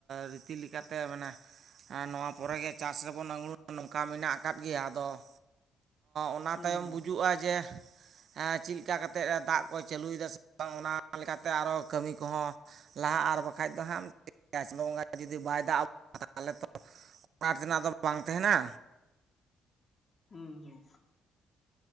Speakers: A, on the right; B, on the left.
A: ᱨᱤᱛᱤ ᱞᱮᱠᱟᱛᱮ ᱢᱟᱱᱮ ᱱᱚᱣᱟ ᱯᱚᱨᱮᱜᱮ ᱪᱟᱥ ᱨᱮᱵᱚᱱ ᱟᱝᱲᱩᱱ ᱱᱚᱝᱠᱟ ᱢᱮᱱᱟᱜ ᱟᱠᱟᱫ ᱜᱮᱭᱟ ᱾ ᱟᱫᱚ, ᱚᱱᱟ
B: ᱦᱩᱸ
A: ᱛᱟᱭᱚᱢ
B: ᱦᱩᱸ
A: ᱵᱩᱡᱩᱜᱼᱟ ᱡᱮ, ᱪᱮᱫ ᱞᱮᱠᱟ ᱠᱟᱛᱮᱫ ᱫᱟᱜ ᱠᱚ ᱪᱟᱹᱞᱩᱭᱮᱫᱟ ᱥᱮ ᱵᱟᱝ ᱚᱱᱟ ᱞᱮᱠᱟᱛᱮ ᱟᱨᱚ ᱠᱟᱹᱢᱤ ᱠᱚᱦᱚᱸ ᱞᱟᱦᱟ ᱟᱨ ᱵᱟᱠᱷᱟᱡ ᱫᱚ ᱦᱟᱸᱜ ᱪᱟᱥ ᱵᱚᱸᱜᱟ ᱡᱩᱫᱤ ᱵᱟᱭ ᱫᱟᱜ ᱟᱵᱚ ᱛᱟᱦᱚᱞᱮ ᱛᱚ ᱚᱱᱟᱴ ᱛᱮᱱᱟᱜ ᱫᱚ ᱵᱟᱝ ᱛᱟᱦᱮᱱᱟ᱾
B: ᱦᱩᱸ ᱦᱩᱸ